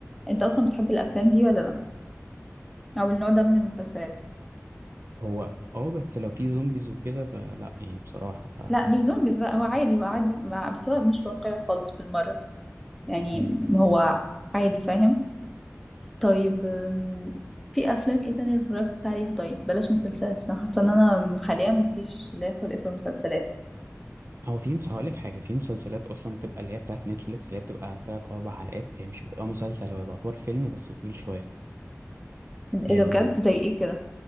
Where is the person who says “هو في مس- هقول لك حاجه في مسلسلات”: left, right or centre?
Right